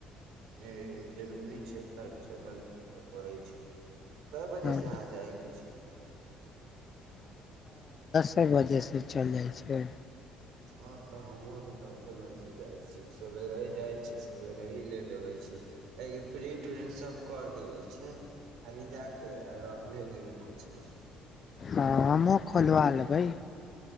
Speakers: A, on the right; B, on the left.
A: जे जरूरी छै चलल से तऽ पड़ै छै कए बजे
B: ह
A: से अहाँ जायके छै
B: के बजे से चलि जाइ छै
A: ह तऽ हमहुँ तऽ दसे बजे से जाइ छी सबेरे ही जाय छी सवेरे ही लेल अबइ छी ठीक काहि प्रिंट उरिंट सब कर देबे छै खाली जा कऽ आ ल लेबे के छै
B: हँ हमूँ खोलवा लबय